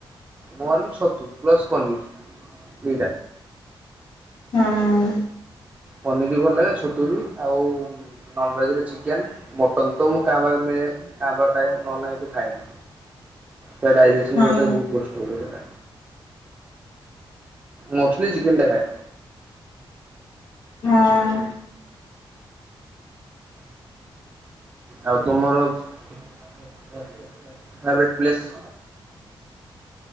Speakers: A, on the right; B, on the left.
A: ମୋର ବି ଛତୁ ପ୍ଲସ ପନିର ଦିଟା।
B: ହଁ।
A: ପନିର୍ ବି ଭଲ ଲାଗେ ଛତୁ ବି ଆଉ ନନ୍ ଭେଜ୍ ରେ ଚିକେନ୍। ମଟନ୍ ତ ମୁଁ କାଁ ଭାଁ ମିଳେ କାଁ ଭା ଖାଏ ନହେଲେ ନାଇଁ ମୁଁ ଏମିତି ଖାଏନି ସେ ଡାଇଯେସ ସନ୍
B: ହଁ
A: ଗୋଟେ ବହୁତ କଷ୍ଟ ହୁଏ ସେଇଟା ମୁଁ <unintelligible> ଚିକେନ ଟା ଖାଏ।
B: ହଁ।
A: ଆଉ ତମର ପ୍ରାଇଭେଟ୍ ପ୍ଲେସ?